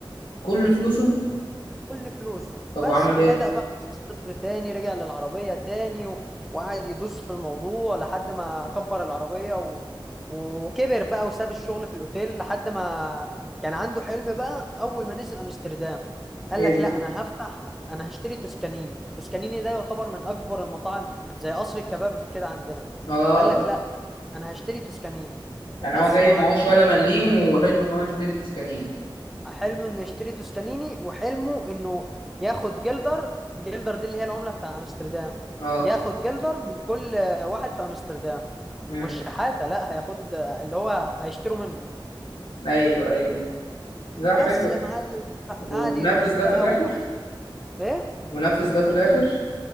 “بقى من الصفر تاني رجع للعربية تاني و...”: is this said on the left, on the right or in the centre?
Centre